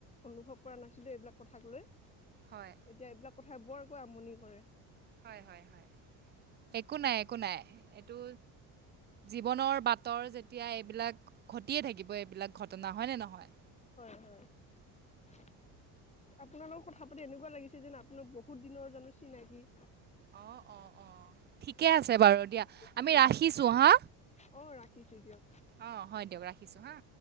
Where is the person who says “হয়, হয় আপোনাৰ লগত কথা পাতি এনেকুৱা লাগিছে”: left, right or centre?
Left